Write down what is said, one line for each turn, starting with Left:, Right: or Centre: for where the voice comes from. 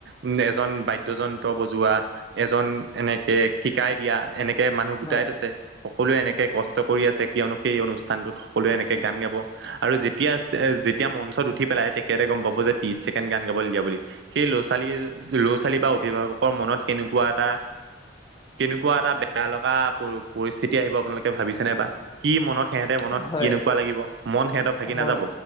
Right: উ এজন বাদ্যজন বজোৱা এজন এনেকে শিকাই দিয়া এনেকে মানুহ গোটাই
Left: হয়
Right: থৈছে। সকলোৱে এনেকে কষ্ট কৰি আছে কিয়নো সেই অনুষ্ঠানটোত সকলোৱে এনেকে গান গাব আৰু যেতিয়া যেতিয়া মঞ্চত উঠি পেলাই তেতিয়াতে গম পাব যে ত্ৰিশ ছেকেণ্ড গান গাবলৈ দিয়া বুলি। সেই ল'ৰা ছোৱালীৰ ল'ৰা ছোৱালী বা অভিভাৱকৰ মনত কেনেকুৱা এটা কেনেকুৱা এটা বেয়া লগা পৰিস্থিতি আহিব আপোনালোকে ভাবিছেনে বা কি মনত সিহঁতে মনত
Left: হয়
Right: কেনেকুৱা লাগিব মন সিহঁত ভাগি
Left: হয়,
Right: নাযাব